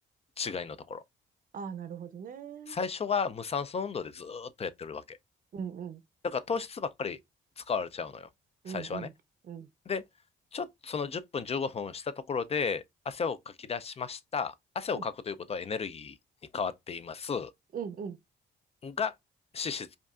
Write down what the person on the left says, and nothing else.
違いのところ。
最初は無酸素運動でずーっとやってるわけ。
だから糖質ばっかり使われちゃうのよ。
最初はね。
で、ちょっとその10分15分したところで汗をかき出しました。汗をかくということはエネルギーに変わっています。
が、脂質